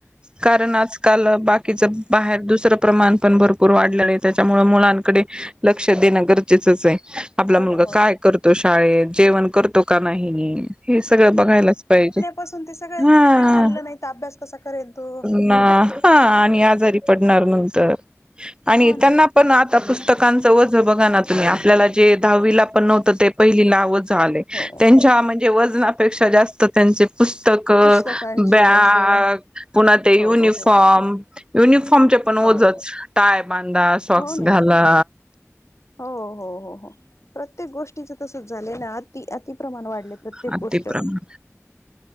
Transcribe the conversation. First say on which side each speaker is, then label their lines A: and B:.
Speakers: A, on the right; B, on the left.
A: कारण आजकाल बाकीचं बाहेर दुसरं प्रमाण, पण भरपूर वाढलेलं हाये त्याच्यामूळ मुलांकडे लक्ष देणं गरजेचंच हाय. आपला
B: हो
A: मुलगा
B: ना हो
A: काय
B: ना.
A: करतो शाळेत? जेवण करतो का नाही? हे सगळं बघायलाच पाहिजे.
B: पासून ते सगळ्याच
A: हा
B: गोष्टी, खाल्लं नाही तर अभ्यास कसा करेल तो?
A: ना हा आणि आजारी पडणार नंतर आणि
B: हो
A: त्यांना
B: ना.
A: पण आता पुस्तकांचं वज बघा ना तुम्ही? आपल्याला जे दहावीला पण नव्हतं ते पहिलीला वज ते आलय,
B: हो
A: त्यांच्या म्हनजे वजनापेक्षा जास्त त्यांचे पुस्तक,
B: पुस्तकांचे
A: बॅग
B: वजन
A: पुन्हा ते युनिफॉर्म,
B: हो हो हो
A: युनिफॉर्मचे पण ओझच.
B: हो हो.
A: टाय बांधा, शॉक्स
B: हो ना
A: घाला.
B: हो हो हो हो. प्रत्येक गोष्टीच तसच झालंय ना, अति अतिप्रमाण वाढलय. प्रत्येक
A: अगदी
B: गोष्ट
A: प्रमाण